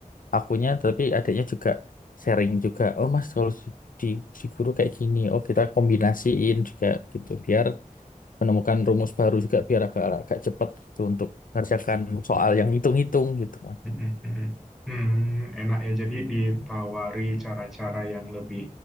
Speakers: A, on the left; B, in the centre.
A: akunya, tapi adanya juga sharing juga. Oh, Mas, kalau si- di si guru kayak gini, oh kita kombinasiin juga gitu biar menemukan rumus baru juga biar agak agak cepat gitu untuk mengerjakan soal yang hitung-hitung gitu, Mas.
B: hmm, mm, mm, mm. Hmm, enak ya. Jadi ditawari cara-cara yang lebih